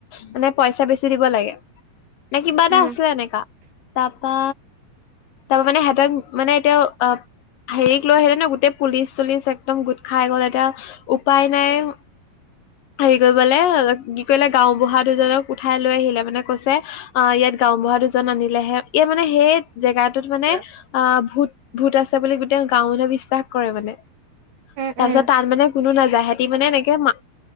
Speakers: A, on the left (about 65°); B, on the right (about 90°).
A: মানে পইচা বেছি দিব লাগে। নে কিবা এটা
B: উম,
A: আছিলে এনেকা তাৰপা তাৰ মানে সেহঁতক মানে এতিয়াও অ' হেৰিক লৈ আহিলে ন গোটেই পুলিচ চুলিচ একদম গোট খাই গ'ল এতিয়া উপায় নাই হেৰি কৰিবলে কি কৰিলে গাওঁবুঢ়া দুজনক উঠাই লৈ আহিলে মানে কৈছে অ' ইয়াত গাওঁবুঢ়া দুজন আনিলেহে ইয়াত মানে সেই জেগাটোত মানে
B: উম,
A: অ' ভূত ভূত আছে বুলি গোটেই গাওঁখনে বিশ্বাস কৰে মানে।
B: উম,
A: তাৰপিছত তাত মানে কোনো নাযায় হেতি মানে এনেকে মা